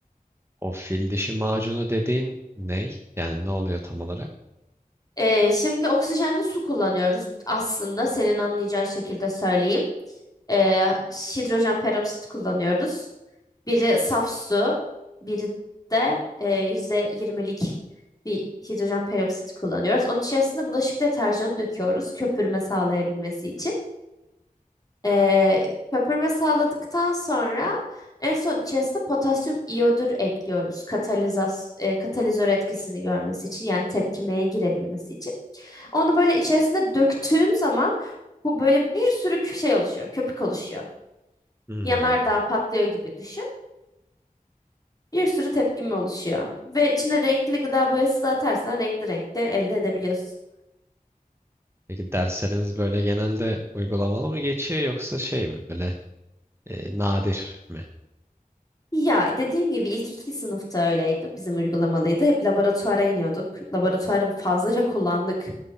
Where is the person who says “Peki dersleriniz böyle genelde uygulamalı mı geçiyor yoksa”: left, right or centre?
Right